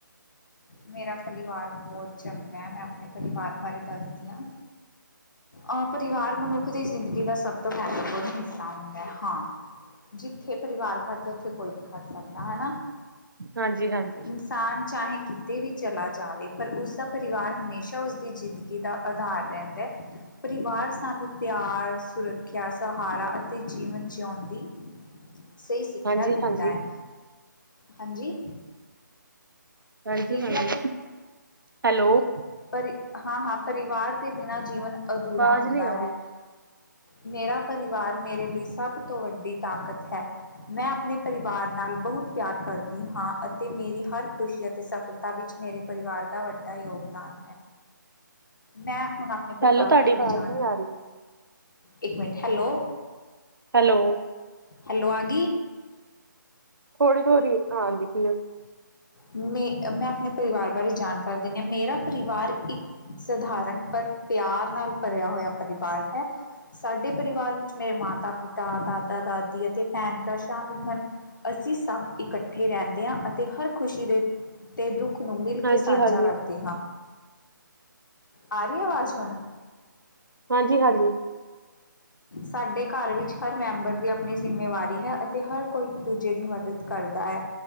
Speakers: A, on the left; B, on the right.
A: ਮੇਰਾ ਪਰਿਵਾਰ ਬਹੁਤ ਚੰਗਾ ਹੈ ਮੈਂ ਆਪਣੇ ਪਰਿਵਾਰ ਬਾਰੇ ਦੱਸਦੀ ਹਾਂ ਅਹ ਪਰਿਵਾਰ ਮਨੁੱਖ ਦੀ ਜ਼ਿੰਦਗੀ ਦਾ ਸਭ ਤੋਂ ਮਹੱਤਵਪੂਰਨ ਹਿੱਸਾ ਹੁੰਦਾ ਹਾਂ ਜਿੱਥੇ ਪਰਿਵਾਰ ਖੜਦਾ ਉੱਥੇ ਕੋਈ ਨਹੀਂ ਖੜ ਸਕਦਾ ਹੈਨਾ।
B: ਹਾਂਜੀ ਹਾਂਜੀ
A: ਇਨਸਾਨ ਚਾਹੇ, ਤੇ ਵੀ ਚਲਾ ਜਾਵੇ ਪਰ ਉਸਦਾ ਪਰਿਵਾਰ ਹਮੇਸ਼ਾ ਉਸਦੀ ਜ਼ਿੰਦਗੀ ਦਾ ਆਧਾਰ ਰਹਿੰਦਾ ਹੈ ਪਰਿਵਾਰ, ਸਾਨੂੰ ਪਿਆਰ, ਸੁਰੱਖਿਆ ਸਹਾਰਾ ਅਤੇ ਜੀਵਨ ਜੀਉਣ ਦੀ, ਸਹੀ ਸਿੱਖਿਆ
B: ਹਾਂਜੀ
A: ਦਿੰਦਾ
B: ਹਾਂਜੀ
A: ਹੈ। ਹਾਂਜੀ,
B: ਹਾਜੀ-ਹਾਜੀ।
A: ਕੀ
B: ਹੈਲੋ,
A: ਪਰ ਹਾਂ-ਹਾਂ ਪਰਿਵਾਰ ਦੇ ਬਿਨਾਂ ਜੀਵਨ, ਅਧੂਰਾ
B: ਆਵਾਜ਼
A: ਹੁੰਦਾ
B: ਨਹੀਂ ਆ
A: ਹੈ
B: ਰਹੀ
A: ਮੇਰਾ ਪਰਿਵਾਰ ਮੇਰੇ ਲਈ ਸਭ ਤੋਂ ਵੱਡੀ ਤਾਕਤ ਹੈ ਮੈਂ ਆਪਣੇ ਪਰਿਵਾਰ ਨਾਲ ਬਹੁਤ ਪਿਆਰ ਕਰਦੀ ਹਾਂ ਅਤੇ ਮੇਰੀ ਹਰ ਖ਼ੁਸ਼ੀ ਅਤੇ ਸਫਲਤਾ ਵਿੱਚ ਮੇਰੇ ਪਰਿਵਾਰ ਦਾ ਵੱਡਾ ਯੋਗਦਾਨ ਮੈਂ ਹੁਣ ਆਪਣੇ ਪਰਿਵਾਰ
B: ਹੈਲੋ ਤੁਹਾਡੀ
A: ਦੀ ਥੋੜ੍ਹੀ
B: ਆਵਾਜ਼
A: ਜਾਨ
B: ਨਹੀਂ ਆ ਰਹੀ
A: ਇੱਕ ਮਿੰਟ ਹੈਲੋ।
B: ਹੈਲੋ
A: ਹੈਲੋ ਆਈ
B: ਥੋੜ੍ਹੀ ਥੋੜ੍ਹੀ ਆਦੀਤੀ ਆ <unintelligible>
A: ਮੈਂ ਐ। ਮੈਂ ਆਪਣੇ ਪਰਿਵਾਰ ਬਾਰੇ ਜਾਣ ਕਰ ਦਿੰਨੇ ਆਂ ਮੇਰਾ ਪਰਿਵਾਰ ਇੱਕ ਸਧਾਰਨ ਪਰ ਪਿਆਰ ਨਾਲ ਭਰਿਆ ਹੋਇਆ ਪਰਿਵਾਰ ਹੈ ਸਾਡੇ ਪਰਿਵਾਰ ਵਿੱਚ ਮੇਰੇ ਮਾਤਾ -ਪਿਤਾ ਦਾਦਾ -ਦਾਦੀ ਅਤੇ ਭੈਣ -ਭਰਾ ਸ਼ਾਮਿਲ ਹਨ, ਅਸੀਂ ਸਭ ਇਕੱਠੇ ਰਹਿਣ ਅਤੇ ਹਰ ਦੇ ਤੇ ਦੁੱਖ। <unintelligible> ਨੂੰ ਮਿਲ
B: ਹਾਂਜੀ
A: ਕੇ ਸਾਂਝਾ
B: ਹਾਂਜੀ
A: ਕਰਦੇ ਹਾਂ। ਆ ਰੀ ਆਵਾਜ਼ ਹੁਣ
B: ਹਾਂਜੀ ਹਾਂਜੀ
A: ਸਾਡੇ ਘਰ ਵਿੱਚ ਹਰ ਮੈਂਬਰ ਦੀ ਆਪਣੀ ਜ਼ਿੰਮੇਵਾਰੀ ਹੈ ਅਤੇ ਹਰ ਕੋਈ ਦੂਜੇ ਦੀ ਮਦਦ ਕਰਦਾ ਹੈ।